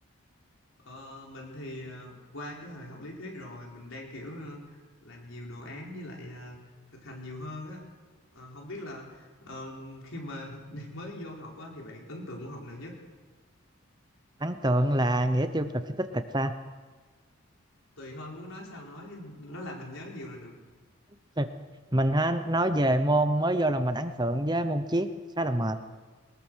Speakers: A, on the left; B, on the right.
A: Ờ, mình thì ờ, qua cái thời học lý thuyết rồi mình đang kiểu ờ, làm nhiều đồ án với lại ờ, thực hành nhiều hơn á Ờ, không biết là ờ, khi mà <laughs> mới vô học á thì bạn ấn tượng môn học nào nhất?
B: Ấn tượng là nghĩa tiêu cực hay tích cực ta?
A: Tùy thôi muốn nói sao nói nó làm mình nhớ nhiều là được
B: <laughs> Mình ha, nói về môn mới vô là mình ấn tượng với môn triết, khá là mệt,